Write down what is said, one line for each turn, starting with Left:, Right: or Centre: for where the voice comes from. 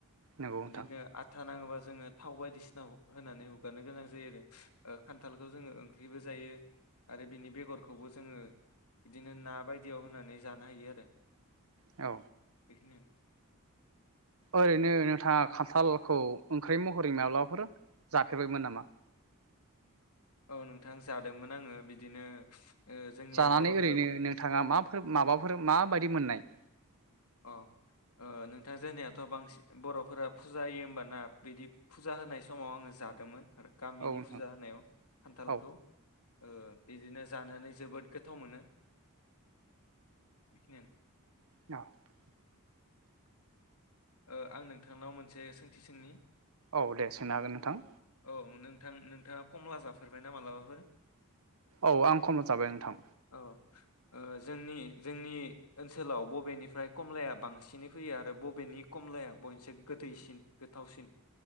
Right: नंगौ नोंथां
Left: बिदिनो आथा नाङोबा जोङो थाव बायदिसिना होनानै हुगारनो गोनां जायो आरो ओ खान्थालखौ जोङो ओंख्रिबो जायो आरो बिनि बेगरखौबो जोङो बिदिनो ना बायदियाव होनानै जानो हायो आरो
Right: औ
Left: बेखिनि
Right: ओरैनो नोंथाङा खान्थालखौ ओंख्रि महरै माब्लाबाफोर जाफेरबायमोन नामा
Left: औ नोंथां जादोंमोन आङो बिदिनो ओ जोंनिया
Right: जानानै
Left: बर'फोरा
Right: ओरैनो नोंथाङा माफोर माबाफोर माबायदि मोननाय
Left: अ ओ नोंथां जोंनियाथ' बांसि बर'फोरा फुजा होयो होमबाना बिदि फुजा होनाय समाव आङो जादोंमोन गामिनि
Right: औ नोंथां
Left: फुजा होनायाव खान्थालखौ
Right: औ
Left: ओ बिदिनो जानानै जोबोद गोथाव मोनो बेखिनियानो
Right: आ ।
Left: ओ आं नोंथांनाव मोनसे सोंथि सोंनि
Right: औ दे सोनो हागोन नोंथां
Left: औ नोंथां नोंथाङा कमला जाफेरबायना मालाबाफोर?
Right: औ आं कमला जाबाय नोंथां
Left: औ ओ जोंनि जोंनि ओनसोलाव बबेनिफ्राय कमलाया बांसिनै फैयो आरो बबेनि? कमलाया बयनिसाय गोदैसिन गोथावसिन?